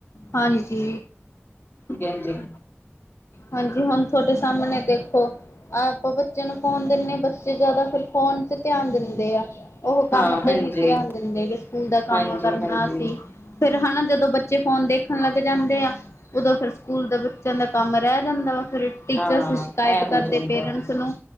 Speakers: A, on the left; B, on the left.
A: ਹਾਂਜੀ।
B: ਕੇ ਹਾਂਜੀ।
A: ਹਾਂਜੀ ਹੁਣ ਤੁਹਾਡੇ ਸਾਹਮਣੇ ਦੇਖੋ, ਆਪ ਬੱਚਿਆਂ ਨੂੰ ਫੋਨ ਦਿੰਦੇ ਬੱਚੇ ਜ਼ਿਆਦਾ ਫਿਰ ਫੋਨ ਤੇ ਧਿਆਨ ਦਿੰਦੇ ਆ। ਉਹ
B: ਹਾਂ
A: ਕੰਮ ਤੇ
B: ਹਾਂਜੀ
A: ਨੀ ਧਿਆਨ ਦਿੰਦੇ ਵੀ ਸਕੂਲ ਦਾ ਕੰਮ
B: ਹਾਂਜੀ
A: ਕਰਨਾ
B: ਹਾਂਜੀ
A: ਅਸੀ। ਫੇਰ ਹਨਾ ਜਦੋਂ ਬੱਚੇ ਫੋਨ ਦੇਖਣ ਲੱਗ ਜਾਂਦੇ ਆ, ਉਦੋਂ ਫੇਰ ਸਕੂਲ ਦੇ ਬੱਚਿਆਂ ਦਾ ਕੰਮ, ਰਹਿ ਜਾਂਦਾ ਵਾ ਫੇਰ ਟੀਚਰਸ
B: ਹਾਂ
A: ਸ਼ਿਕਾਇਤ
B: ਇਹ ਹੋ
A: ਕਰਦੇ
B: ਜਾਂਦਾ
A: ਪੇਰੈਂਟਸ ਨੂੰ,